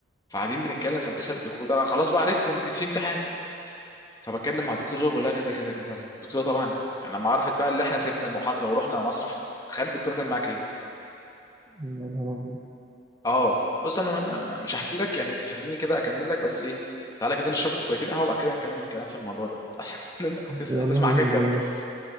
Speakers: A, on the left (about 20°); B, on the right (about 20°).
A: فقاعدين بنتكلم فلسه الدكتور انا خلاص بقى عرفت ان كان في امتحان فبتكلم مع دكتور بقول لها كذا كذا كذا الدكتوره طبعا لما عرفت بقى اللي احنا سيبنا المحاضره ورحنا مسرح تخيل الدكتوره كان معاك ايه
B: يا نهار أبيض
A: اه بص انا م- م- مش هحكي لك يعني خليني كده اكمل لك بس ايه تعالى كده نشرب كوبايتين قهوه وبعد كده نكمل الكلام في الموضوع ده <laughs> عشان هتس-
B: يلا
A: هتسمع
B: بينا
A: حاجات جامده
B: ماشي